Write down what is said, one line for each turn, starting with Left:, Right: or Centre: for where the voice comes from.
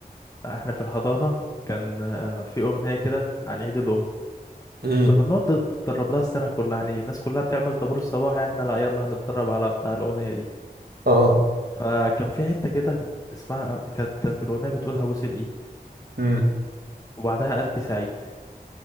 Left: لا احنا في الحضانة كان آه، في اغنية كده عن عيد الام
Right: امم
Left: كنا بنقعد نتدرب لها السنة كلها يعني الناس كلها بتعمل طابور الصباح احنا لا يلا هنتدرب على بتاع الاغنية دي
Right: اه
Left: فكان في حتة كده اسمها كانت في الاغنية بتقول هبوس الايد
Right: امم
Left: وبعدها قلبي سعيد